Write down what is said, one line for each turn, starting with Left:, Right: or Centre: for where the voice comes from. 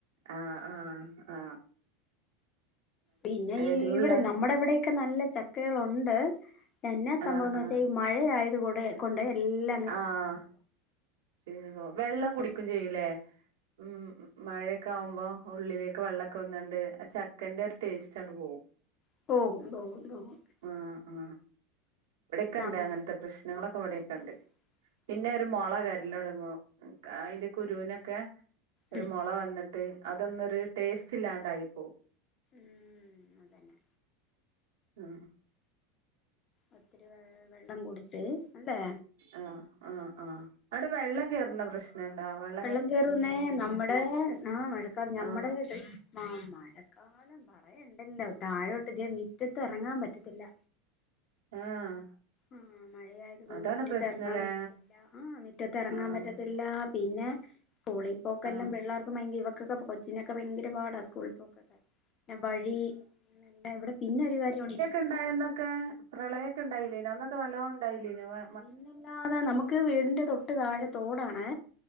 Right: ആഹ് ആഹ് ആ
Left: പിന്നെ
Right: എരിവുള്ള
Left: ഈ ഇവിടെ നമ്മുടെ എവിടെ നല്ല ചക്കകൾഒണ്ട് എന്നാ സംഭവംന്ന്
Right: ആഹ് ആഹ്
Left: വെച്ചാൽഈ മഴ ആയത് കൂടെ കൊണ്ടേയഎല്ല
Right: ആഹ് ചീഞ്ഞ് പോം. വെള്ളം കുടിക്കും
Left: എല്ല
Right: ചെയ്യുലേ മം മഴയൊക്കെ ആവുമ്പോ ഉള്ളിലേക്ക് വെള്ളക്കെ വന്നണ്ട് ആ ചക്കന്റെ ഒരു ടേസ്റ്റ് അങ്ങട് പോവും
Left: ഓഹ് <unintelligible>
Right: ആ ആ ഇവിടെക്കെണ്ട്
Left: നമുക്ക്
Right: അങ്ങനത്തെ പ്രശ്നങ്ങളൊക്കെ ഇവടെക്കെണ്ട്
Left: ഉം
Right: പിന്നെ ഒരു
Left: ഉം
Right: മൊള വരലതോടങ്ങും അയിന്റെ കുരുവിനൊക്കെ ഒരു
Left: ഉം
Right: മൊള വന്നിട്ട് അതൊന്നൊരു ടേസ്റ്റ് ഇല്ലാണ്ടായി പോവും
Left: മ് അതെന്നെ
Right: ആഹ്
Left: ഒത്തിരി വെള്ള് വെള്ളം കുടിച്ച് അല്ലേ
Right: ആഹ് ആ ആ അവ്ടെ വെള്ളം കേറ്ന്ന പ്രശ് നണ്ടൊ വള്
Left: വെള്ളം കേറുന്നേ നമ്മ്ടെ ആഹ് മഴക്കാലം ഞമ്മടെ
Right: ആഹ്
Left: ആഹ് മഴക്കാലം പറയണ്ടല്ലോ താഴോട്ട് തേ മിറ്റത്ത് എറങ്ങാൻ പറ്റത്തില്ല
Right: ആഹ്
Left: ആ മഴയായത്കൊണ്ട്
Right: അതാണ്
Left: മിറ്റത്ത്ഇറങ്ങാൻ
Right: പ്രശ്നല്ലേ
Left: പറ്റ്ന്നില്ല ആ മിറ്റത്തെറങ്ങാൻ
Right: ആഹ്
Left: പറ്റത്തില്ല ല്ലാ പിന്നെ സ്കൂളിൽ പോക്കെല്ലാം
Right: ആഹ്
Left: പിള്ളേർക്കും ഭയങ്കിഇവക്കൊക്കെ കൊച്ചിനൊക്കെ ഭയങ്കര പാടാ സ്കൂളിൽ പോക്കൊക്കെ ന്നെ വഴീ എ വ്ടെ പിന്നെ ഒരു കാര്യൊ ണ്ട്
Right: എന്താ എന്താ ക്ക പ്രളയൊക്കെ ണ്ടായില്ലേ നോ അന്നൊക്കെ നല്ലോ ണ്ടായില്ലേനൊ വേ
Left: പിന്നെല്ലാതെ നമുക്ക് വീടിന്റെ തൊട്ട് താഴെ തോടാണ്